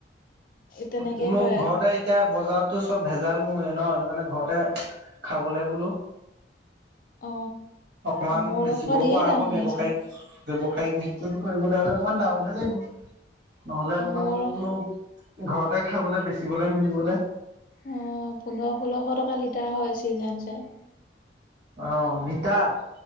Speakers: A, on the left; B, on the right.
A: তেনেকে
B: বোলো
A: কয়
B: ঘৰতে এতিয়া বজাৰতো চব ভেজাল মৌয়ে ন, সেইটো কাৰণে ঘৰতে খাবলে বোলো
A: অ
B: অকমান
A: মোৰ
B: বেচিবও
A: ৰসত ঢেৰ
B: পৰা
A: দাম
B: হ'ব
A: হৈ
B: ব্যবসায়িক
A: আছে
B: ব্যৱসায়িক ভিক্তিত কৰিবলৈ হ'লে অকমান ডাঙৰকে লাগিব। নহ'লে অকমান
A: মোৰ অ
B: বুলো ঘৰতে খাবলে, বেচিবলে, মিলিবলে,
A: অ পোন্ধৰ-ষোল্লশ টকা লিটাৰ হয় চিজেন চাই।
B: অ লিটাৰ?